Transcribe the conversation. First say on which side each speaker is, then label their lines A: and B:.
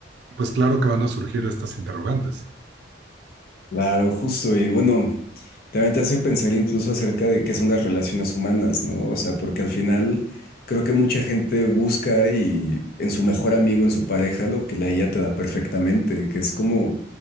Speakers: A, on the right; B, on the left.
A: pues claro que van a surgir estas interrogantes.
B: <laughs> claro justo y bueno También te hace pensar incluso acerca de qué son las relaciones humanas, ¿no? O sea, porque al final creo que mucha gente busca y en su mejor amigo, en su pareja, lo que la IA te da perfectamente, que es como